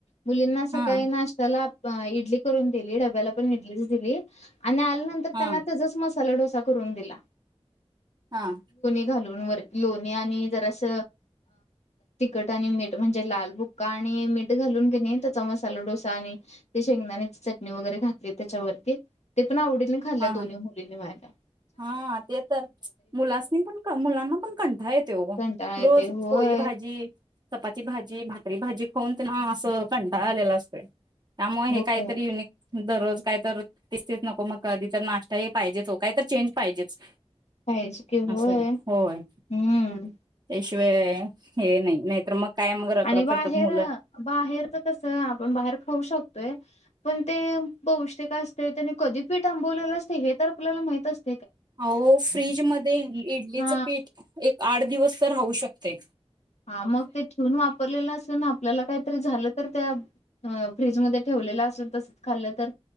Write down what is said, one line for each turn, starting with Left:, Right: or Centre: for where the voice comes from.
Left: मुलींना सकाळी
Right: हा
Left: नाश्ताला इडली करून दिली डब्याला पण इडलीच दिली आणि आल्यानंतर
Right: हा
Left: त्यांना त्या मस्त ला डो करून दिलाो
Right: हा
Left: घालून वर लोणी आणि जरास तिकट आणि मीठ म्हणजे लाल बुक्का आणि मीठ घालून घेणे त्याचा मसाला डोसा आणि ते शेंगदा चटणी वगैरे घातली त्याच्यावरती ते पण आवडीने घाल्ल्या
Right: हा
Left: दोन्ही मुलीने व्हायला.
Right: हा ते तर मुलासनी पण मुलांना पण कंठा येत
Left: कंटाळा येतोय
Right: रोज
Left: होय.
Right: पोय भाजी चपी भाजी भाकरी भाजी खाऊन ते ना असं कंटाळ आलेलं असते. त्यामुळे हे
Left: होय
Right: काहीतरी युनिक दररोज काही तर तसतीच नको मग कधी तर नाश्ता हे पाहिजेच हो काय तर चेंज पाहिजेच.
Left: पाहिजे की
Right: असं
Left: होय
Right: आहे होय
Left: हम्म.
Right: ते शि हे नाही नाही तरर मग काय मग रखरख
Left: आणि बाहेर
Right: करतात मुलं
Left: बाहेरच कस आपण बाहेर खाऊ शकतोय. पण ते पावस्टिक का असते त्याने कधी पीठ आंबवलीला असते हे तर आपल्याला माहित असते
Right: हो फ्रीज म इडलीच
Left: हा
Right: पीठ एक आठ दिवस तर राहू शकते.
Left: हा मग ते ठेवून वापरलेलं ना आपल्याला काहीतरी झालं तर त्या फ्रीजमध्ये ठेवलेलं असेल तसच खाल्लं तर